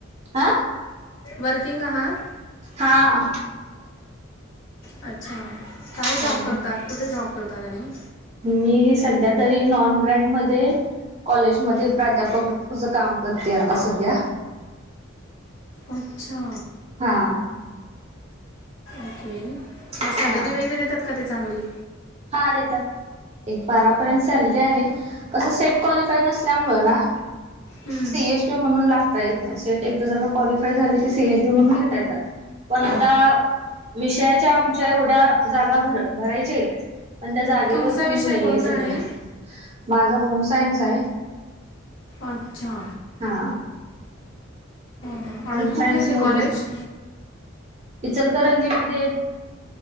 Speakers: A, on the right (about 30°); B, on the left (about 70°).
A: आ?
B: वर्किंग आहात?
A: हां.
B: अच्छा काय
A: हा
B: जॉब करतात कुठे जॉब करतात आणि?
A: मी सध्या तरी नॉन ग्रँड मध्ये कॉलेजमध्ये प्राध्यापक काम करते आता सध्या.
B: अच्छा.
A: हा.
B: ओके मग
A: हा.
B: सॅलरी वगैरे देतात का ते चांगली?
A: हा देतात. एक बारा पर्यंत सॅलरी आहे कसं सेट क्वालिफाय नसल्यामुळं ना
B: हं
A: सीएचबी म्हणून लागता येत नाय सेट एकदा जर एकदा क्वालिफाय झाले की सीएचबी म्हणून घेता येतात. पण आता विषयाच्या आमच्या एवढ्या जागा भर भरायच्यायेत. पण त्या जागेवर
B: तुमचा
A: कोणी
B: विषय
A: नाईये
B: कोणता
A: सध्या
B: आणि?
A: माझा होम सायन्स आहे.
B: अछा.
A: हा.
B: हां आणि
A: होय
B: कुठे
A: सायन्स
B: आहे ते कॉलेज?
A: मधून. इचलकरंजी मध्ये.